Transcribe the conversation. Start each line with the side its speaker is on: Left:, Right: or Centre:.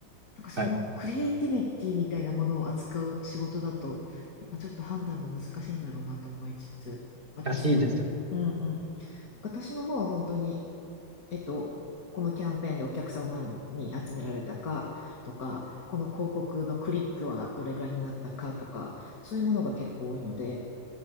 Left: なんかそのクリエイティビティみたいなものを扱う仕事だと、
Right: はい。
Left: やっぱちょっと判断が難しいんだろうなと思いつつ、私の、
Right: らしいですよね。
Left: うんうん、私の方は本当に、えっと、このキャンペーンでお客さんを何人集められたかとか、この広告のクリックはどれぐらいになったかとか、そういうものが結構多いので、